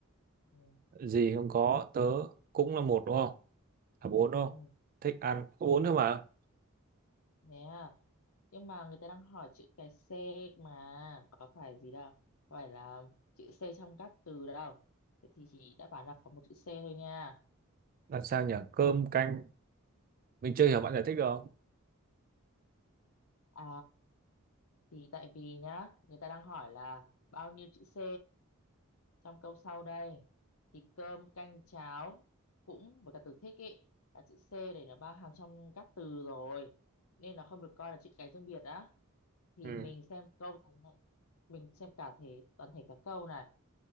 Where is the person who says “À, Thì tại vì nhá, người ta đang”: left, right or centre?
Left